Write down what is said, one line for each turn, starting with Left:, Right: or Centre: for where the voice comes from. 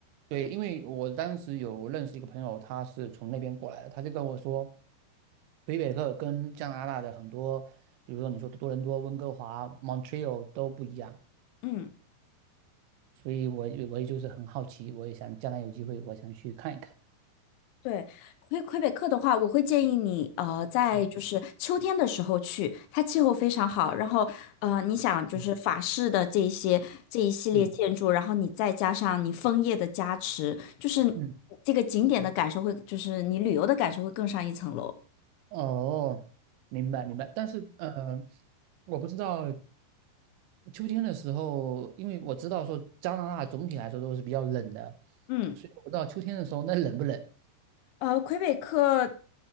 Right: 对，因为我当时有认识一个朋友，他是从那边过来的，他就跟我说，魁北克跟加拿大的很多，比如说你说多伦多、温哥华、Montreal 都不一样，
Left: 嗯，
Right: 所以我也我也就是很好奇，我也想将来有机会，我想去看一看。
Left: 对，魁魁北克的话，我会建议你呃在就是秋天的时候去，
Right: 嗯
Left: 它气候非常好，然后呃你想就是法式的这一些这一系列建筑，
Right: 嗯嗯
Left: 然后你再加上你枫叶的加持，就是这个景点的感受会，
Right: 嗯，
Left: 就是你旅游的感受会更上一层楼。
Right: 哦，明白明白，但是呃，我不知道秋天的时候，因为我知道说加拿大总体来说都是比较冷的，
Left: 嗯。
Right: 所以我不知道秋天的时候那冷不冷。
Left: 呃，魁北克